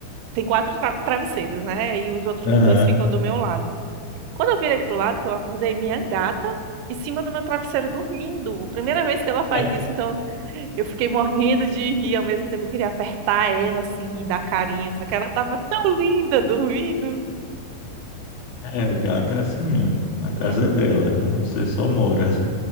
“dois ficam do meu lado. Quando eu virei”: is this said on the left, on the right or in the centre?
Right